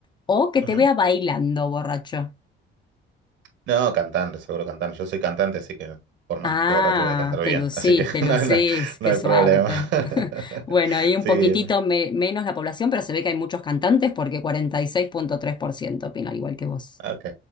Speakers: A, on the left; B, on the right.
A: o que te
B: ujú.
A: vea bailando, borracho?
B: No, cantando, seguro cantando. Yo soy cantante, así que por más
A: Ah,
B: que esté borracho voy a cantar
A: te
B: bien.
A: lucís,
B: Así que <laughs>
A: te lucís,
B: no, hay- no,
A: qué
B: no hay
A: suerte.
B: problema.
A: <laughs> Bueno,
B: <laughs>
A: ahí un
B: Sí,
A: poquitito me- menos la población, pero se ve que hay muchos cantantes porque cuarenta y seis punto tres por ciento opina al igual que vos.
B: Ah, Ok.